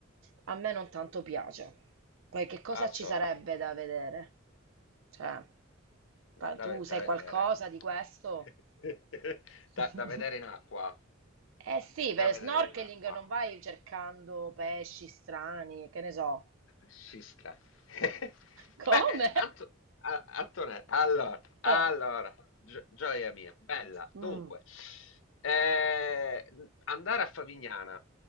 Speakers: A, on the right; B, on the left.
A: A me non tanto piace. Poi che cosa
B: al
A: ci
B: solito.
A: sarebbe da vedere? Cioè, pa-
B: Da, da
A: tu
B: ve-
A: sai
B: da vedere.
A: qualcosa di questo?
B: <laughs> Da,
A: <laughs>
B: da vedere in acqua.
A: Eh sì,
B: Da
A: per
B: vedere
A: snorkeling
B: in acqua.
A: non vai cercando pesci strani, che ne so.
B: Scistra. <laughs> Beh,
A: <laughs> Come?
B: eh, Anto- a- Antonella, allora, allora,
A: Eh.
B: gio- gioia mia, bella.
A: Mm.
B: Dunque, eh, andare a Favignana